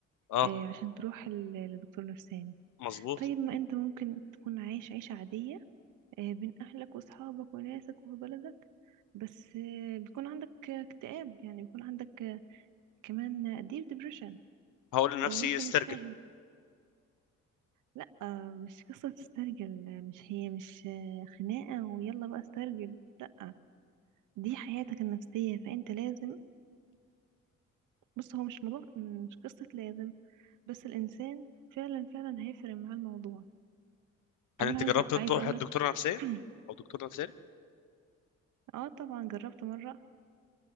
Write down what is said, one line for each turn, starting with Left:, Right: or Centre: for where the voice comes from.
Left: اه
Right: آه، عشان تروح ل- لدكتور نفساني
Left: مظبوط
Right: طيب ما انت ممكن تكون عايش عيشة عادية آه، بين أهلك وأصحابك وناسك وفي بلدك بس آه، بيكون عندك آه، اكتئاب يعني بيكون عندك آه، كمان ديب ديبريشن
Left: هقول لنفسي
Right: وانت
Left: استرجل
Right: مش فاهم لا آه، مش قصة تسترجل آه، مش هي مش آه، خناقة ويلا بقى استرجل لا دي حياتك النفسية فانت لازم بص هو مش موضوع مش قصة لازم بس الإنسان فعلا فعلا هيفرق معاه الموضوع طب
Left: هل انت
Right: أنا عايزة
Left: جربت تروح
Right: عايزة أقولك
Left: عند دكتورة
Right: <clears throat>
Left: نفسية او دكتور نفساني
Right: اه طبعا جربت مرة